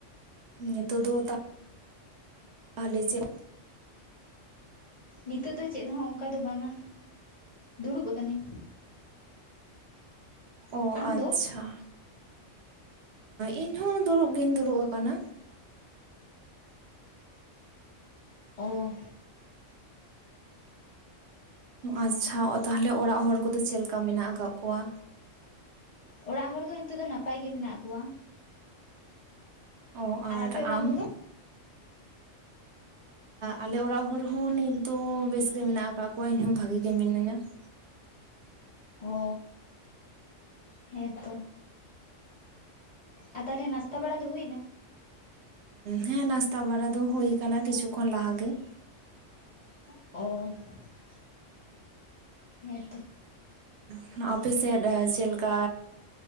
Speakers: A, on the right; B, on the left.
A: ᱱᱤᱛᱳᱜ ᱫᱚ ᱛᱟ ᱛᱟᱦᱚᱞᱮ ᱪᱮᱫ?
B: ᱱᱤᱛᱚᱜ ᱫᱚ ᱪᱮᱫ ᱦᱚᱸ ᱚᱱᱠᱟ ᱫᱚ ᱵᱟᱝᱼᱟ ᱫᱩᱲᱩᱵ ᱟᱹᱠᱟᱹᱱᱟᱹᱧ᱾
A: ᱚ
B: ᱟᱢ
A: ᱟᱪᱪᱷᱟ
B: ᱫᱚ
A: ᱤᱧ ᱦᱚᱸ ᱫᱩᱲᱩᱵ ᱜᱤᱧ ᱫᱩᱲᱩᱵ ᱟᱠᱟᱱᱟ᱾
B: ᱚ
A: ᱟᱪᱪᱷᱟ ᱛᱟᱦᱚᱞᱮ ᱚᱲᱟᱜ ᱦᱚᱲ ᱠᱚᱫᱚ ᱪᱮᱫ ᱞᱮᱠᱟ ᱢᱮᱱᱟᱜ ᱟᱠᱟᱫ ᱠᱚᱣᱟ?
B: ᱚᱲᱟᱜ ᱦᱚᱲ ᱫᱚ ᱱᱤᱛᱚᱜ ᱫᱚ ᱱᱟᱯᱟᱭ ᱜᱮ ᱢᱮᱱᱟᱜ ᱠᱚᱣᱟ ᱾
A: ᱚ ᱟᱨ
B: ᱟᱯᱮ ᱚᱲᱟᱜ
A: ᱟᱢ
B: ᱦᱚᱲ ᱫᱚ
A: ᱟᱞᱮ ᱚᱲᱟᱜ ᱦᱚᱲ ᱦᱚᱸ ᱱᱤᱛ ᱫᱚ ᱵᱮᱥ ᱜᱮ ᱢᱮᱱᱟᱜ ᱟᱠᱟᱫ ᱠᱚᱣᱟ ᱤᱧ ᱦᱚᱸ ᱵᱷᱟᱜᱤ ᱜᱮ ᱢᱤᱱᱟᱹᱧᱟ ᱾
B: ᱚ ᱦᱮᱸ ᱛᱚ ᱟᱨ ᱛᱟᱦᱚᱞᱮ ᱱᱟᱥᱼᱼ ᱱᱟᱥᱛᱟ ᱵᱟᱲᱟ ᱫᱚ ᱦᱩᱭᱮ ᱮᱱᱟ?
A: ᱦᱮᱸ ᱱᱟᱥᱛᱟ ᱵᱟᱲᱟ ᱫᱚ ᱦᱚᱭ ᱠᱟᱱᱟ ᱠᱤᱪᱷᱩᱠ ᱠᱷᱚᱱ ᱞᱟᱦᱟ ᱜᱮ ᱾
B: <unintelligible> ᱦᱮᱸᱛᱚ
A: ᱦᱮᱸ ᱟᱨ ᱟᱯ ᱥᱮᱫ ᱪᱮᱫ ᱞᱮᱠᱟ